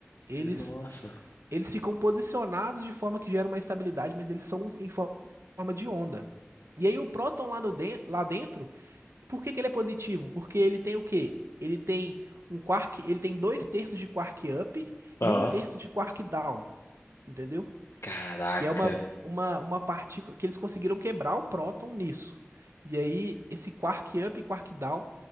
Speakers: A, on the right; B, on the left.
A: Eles,
B: Nossa.
A: eles ficam posicionados de forma que gera uma estabilidade, mas eles são em forma de onda. E aí o próton lá, no den- lá dentro, por que que ele é positivo? Porque ele tem o quê? Ele tem um quark, ele tem dois terços de quark up
B: Ah,
A: e um terço de quark down, entendeu?
B: caraca.
A: que é uma, uma, uma partícula que eles conseguiram quebrar o próton nisso. E aí, esse quark up e quark down,